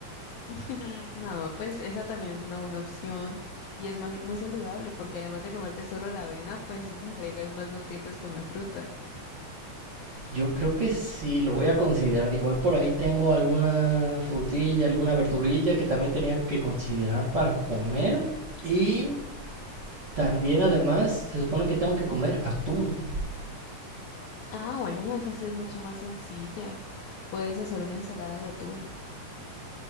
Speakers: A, on the left (about 75°); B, on the right (about 40°).
A: <laughs> No, pues esa también es una buena opción y es muy, muy saludable porque además de comerte solo la avena, pues le agregas más nutrientes con la fruta.
B: Yo creo que sí lo voy a considerar. Igual por ahí tengo alguna frutilla, alguna verdurilla que también tenía que considerar para comer. Y también además se supone que tengo que comer atún.
A: Ah, bueno, esa sí es mucho más sencilla. Puedes hacer una ensalada de atún.